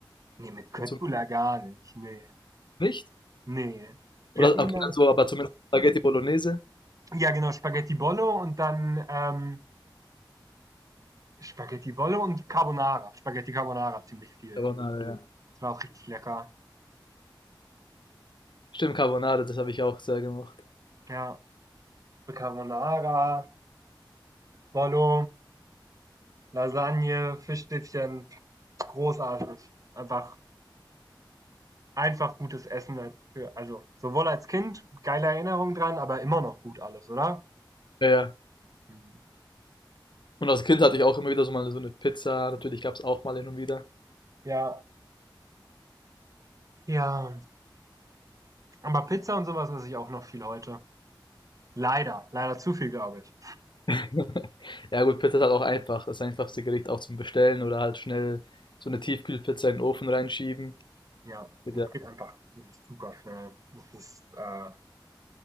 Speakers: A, on the right (about 45°); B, on the left (about 70°).
A: Ne, mit Köttbullar
B: Mit so
A: gar nicht. Ne,
B: nicht?
A: ne.
B: Oder
A: Wir hatten
B: okay,
A: immer
B: dann so, aber zumindest Spaghetti Bolognese.
A: ja genau, Spaghetti Bollo und dann, ähm, Spaghetti Bollo und Carbonara. Spaghetti Carbonara ziemlich viel.
B: Carbonara, ja.
A: Es war auch richtig lecker.
B: Stimmt, Carbonade, das habe ich auch sehr gemacht.
A: Ja, Carbonara, Bollo, Lasagne, Fischstäbchen, großartig. Einfach, einfach gutes Essen. Für, also sowohl als Kind, geile Erinnerung dran, aber immer noch gut alles, oder?
B: Ja, ja.
A: Mhm.
B: Und als Kind hatte ich auch immer wieder so mal so eine Pizza. Natürlich gab es auch mal hin und wieder.
A: Ja, ja. Aber Pizza und sowas esse ich auch noch viel heute. Leider, leider zu viel, glaube ich.
B: <laughs> Ja, gut, Pizza ist halt auch einfach. Das einfachste Gericht auch zum Bestellen oder halt schnell so eine Tiefkühlpizza in den Ofen reinschieben.
A: Ja,
B: Geht
A: es
B: ja.
A: geht einfach es ist super schnell. Es ist, äh,